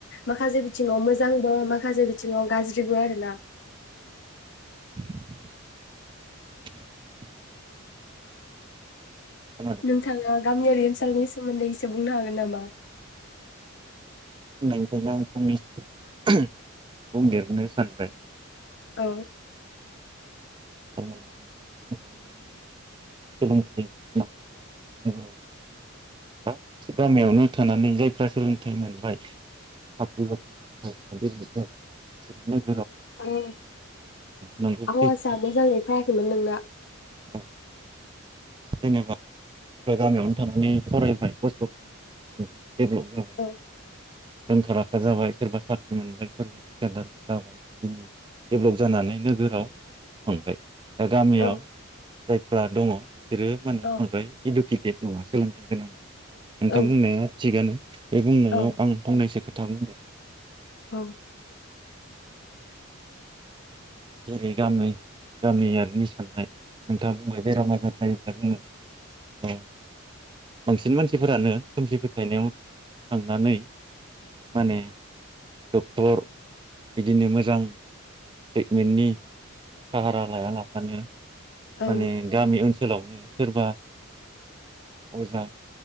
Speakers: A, on the left; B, on the right.
A: माखासे बिथिङाव मोजांबो माखासे बिथिङाव गाज्रिबो आरोना।
B: <inaudible> खोनादों
A: नोंथांआ
B: औ
A: गामियारि ओनसोलनि सोमोन्दै एसे बुंनो हागोन नामा?
B: बुंनायनिखायनो आं फंनैसो बुंदेरनो सानबाय।
A: औ।
B: <inaudible> नोगोराव बांसिन थायो बा गामियावनो थानानै जायफ्रा सोलोंथाइ मोनबाय साख्रि बाख्रि मोनये जाबाय बिसोर
A: औ
B: नोंगौ
A: आवाजा
B: सैथो
A: मोजाङै फायाखैलै नोंना।
B: औ जेनेबा आंबो गामियावनो थानानै फरायबाय खस्थ खालामनानै देरनाय। देभलप जाबाय।
A: औ
B: रोंखा राखा जाबाय सोरबा साख्रि मोनबाय सोरबा थिखादार जाबाय बिदिनो देभलप जानानै नोगोराव थांबाय। दा गामियाव
A: औ
B: जायफ्रा दङ बिसोरो माने
A: औ
B: इदुकेट नङा सोलोंथाइ गोनां नङा। नोंथां
A: औ
B: बुंनाया थिगानो। बे बुंनायाव
A: औ
B: आं बुंनायसो खोथा खोथा बुंगोन।
A: औ।
B: जेरै गामि गामियारिनि साननाय नोंथांआ बुंनाय बेराम आजार जायोबा जोङो ओ बांसिन मानसिफोरानो खोमसि फोथायनायाव थांनानै माने डक्टर, बिदिनो मोजां। ट्रिटमेन्टनि साहारा लाया लाबानो ।
A: ओं
B: माने गामि ओनसोल ओनसोलावनो सोरबा अजा